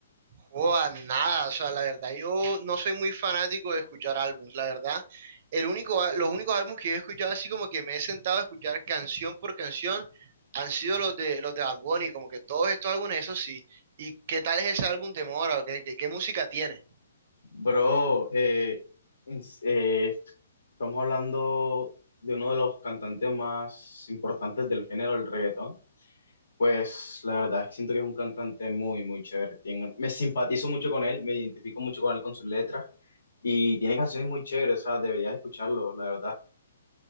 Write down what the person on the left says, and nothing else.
Bro, eh, ins- eh, estamos hablando de uno de los cantantes más importantes del género del reggaetón. Pues la verdad, siento que es un cantante muy, muy chévere. Tiene- me simpatizo mucho con él, me identifico mucho con él con sus letras y tiene canciones muy chéveres, o sea, deberías escucharlo, la verdad.